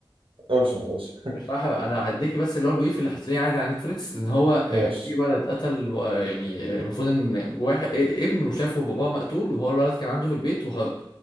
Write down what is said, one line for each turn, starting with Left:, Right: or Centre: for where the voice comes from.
Right: تقولش ما تقولش
Left: مش راح انا هديكي بس اللي هو البيف اللي هتلاقيه عادي على نتفليكس لان هو آه،
Right: ماشي
Left: في ولد قتل آه، يعني آه، المفروض ان واحد آه، ابنه شافه باباه مقتول وهو الولد كان عنده في البيت وهرب